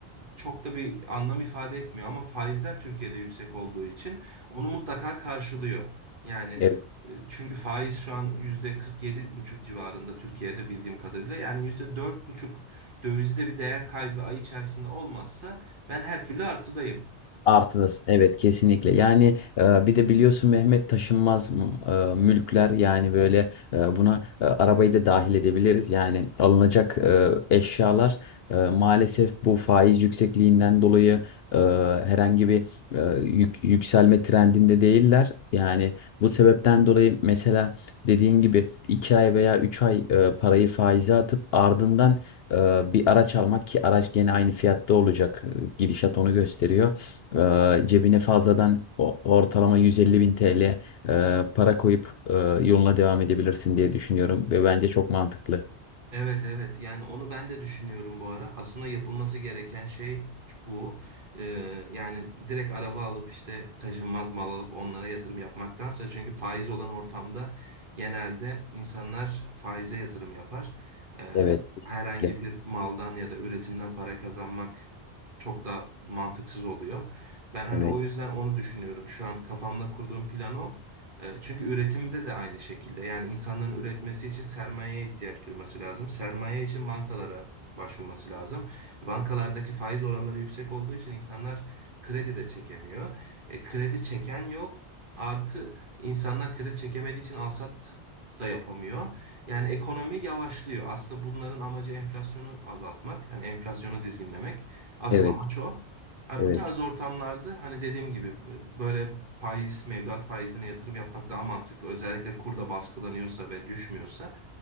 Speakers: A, on the right; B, on the left.
A: çok da bir anlam ifade etmiyor. Ama faizler Türkiye'de yüksek olduğu için onu mutlaka karşılıyor. Yani
B: Evet.
A: e, çünkü faiz şu an yüzde kırk yedi buçuk civarında Türkiye'de bildiğim kadarıyla. Yani yüzde dört buçuk dövizde bir değer kaybı ay içerisinde olmazsa ben her türlü artıdayım.
B: Artıdasın. Evet kesinlikle. Yani e, bir de biliyorsun Mehmet taşınmaz m- e, mülkler yani böyle e, buna e, arabayı da dahil edebiliriz. Yani alınacak e, eşyalar e, maalesef bu faiz yüksekliğinden dolayı e, herhangi bir e, yük- yükselme trendinde değiller. Yani bu sebepten dolayı mesela dediğin gibi 2 ay veya 3 ay e, parayı faize atıp ardından e, bir araç almak ki araç gene aynı fiyatta olacak. E, Gidişat onu gösteriyor. Eee, cebine fazladan o- ortalama 150 bin TL eee, para koyup eee, yoluna devam edebilirsin diye düşünüyorum ve bence çok mantıklı.
A: Evet evet yani onu ben de düşünüyorum bu ara. Aslında yapılması gereken şey bu. Ee, yani direkt araba alıp işte taşınmaz mal alıp onlara yatırım yapmaktansa çünkü faiz olan ortamda genelde insanlar faize yatırım yapar. Ee,
B: Evet. kesinlikle.
A: herhangi bir maldan ya da üretimden para kazanmak çok da mantıksız oluyor. Ben hani
B: Evet.
A: o yüzden onu düşünüyorum. Şu an kafamda kurduğum plan o. E, Çünkü üretimde de aynı şekilde. Yani insanların üretmesi için sermayeye ihtiyaç duyması lazım. Sermaye için bankalara başvurması lazım. Bankalardaki faiz oranları yüksek olduğu için insanlar kredi de çekemiyor. E, kredi çeken yok. Artı insanlar kredi çekemediği için alsat da yapamıyor. Yani ekonomi yavaşlıyor. Aslında bunların amacı enflasyonu azaltmak. Hani enflasyonu dizginlemek. Asıl
B: Evet.
A: amaç o. Hani
B: Evet.
A: bu tarz ortamlarda hani dediğim gibi böyle faiz, mevduat faizine yatırım yapmak daha mantıklı. Özellikle kurda baskılanıyorsa ve düşmüyorsa.